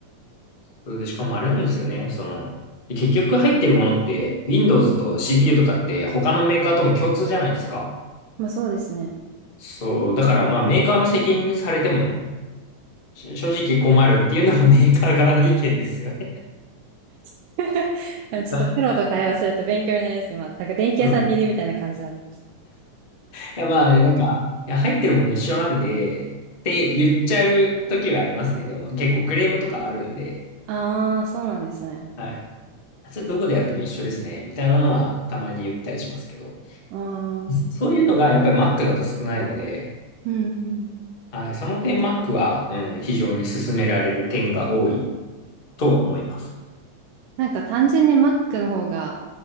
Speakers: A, on the left; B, on the right.
A: そうで、しかもあれなんですよね。その、結局入ってるものって、Windows と CPU とかって他のメーカーとも共通じゃないですか。
B: まあそうですね。
A: そう、だからまあメーカーの責任にされても、し正直困るっていうのは <laughs> メーカー側の意見ですよね。
B: <laughs> ちょっとプロと会話すると勉強になります、
A: <laughs> あ
B: 今。なんか電気屋さんにいるみたいな感じになってます。
A: その、いやまあねなんか、いや入ってるもの一緒なんで、って言っちゃう時はありますね。でも結構クレームとかあるんで、
B: ああ、そうなんですね。
A: はい。それどこでやっても一緒ですね、みたいなのはたまに言ったりしますけど。
B: ああ、うん
A: そそういうのがやっぱり Mac だと少ないので、
B: うん。
A: はい。その点、Mac は、うん、非常に勧められる点が多いとは思います。
B: なんか単純に Mac の方が